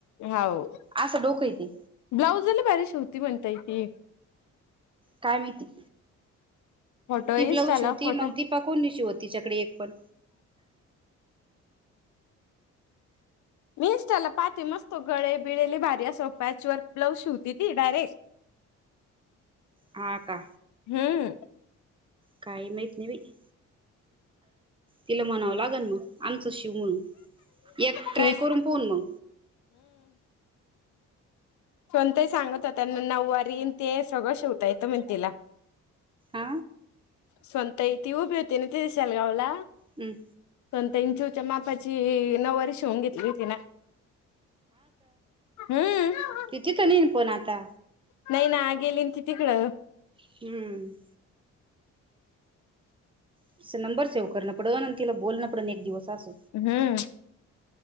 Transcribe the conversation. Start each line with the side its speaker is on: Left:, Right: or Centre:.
Left: हाव
Right: असं डोकं येते
Left: ब्लाउजा लई बारी शिवतीय म्हणताय की
Right: का माहिती
Left: फोटो
Right: ती
Left: इंस्टाला
Right: ब्लाउज शिवती
Left: फोटो
Right: मग दीपा कोणी शिवत तीच्याकडे एक पण?
Left: इनस्टाला पाते मस्त गळे ली भारी अस प्याच वर्क ब्लाउज शिवती ती डायरेक्ट.
Right: हा का?
Left: हम्म.
Right: काही माहित नाही बाई. तिला म्हणाव लागण म आमचा शिव म्हणून. एक ट्राय
Left: तेच
Right: करून पऊन म
Left: संतही सांगत होताना नऊवारीन ते सगळ शिवता येत मन तिला.
Right: आ
Left: संत ईत ऊभी होतीेन ते दिशालगवला
Right: हम्म
Left: <unintelligible> मापाची नववारी शिवून घेतली होती ना. हम्म.
Right: तिथे नई न पण आता.
Left: नाही ना, गेले न ते तिकड.
Right: हम्म. तिच नंबर सेव करण पडन आणि तिला बोलण पडन एक दिवस अस.
Left: हम्म.